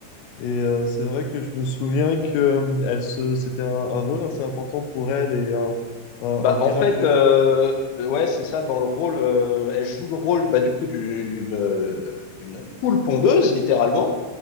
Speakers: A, on the left (about 80°); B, on the left (about 60°).
A: Et euh, c'est vrai que je me souviens que euh, elle se, c'était un, un rôle assez important pour elle et un, un-
B: Bah,
A: un virage
B: en fait,
A: de.
B: euh, ouais, c'est ça. Dans le rôle, euh, elle joue le rôle, bah, du coup, d'une d'une- euh, d'une poule pondeuse, littéralement.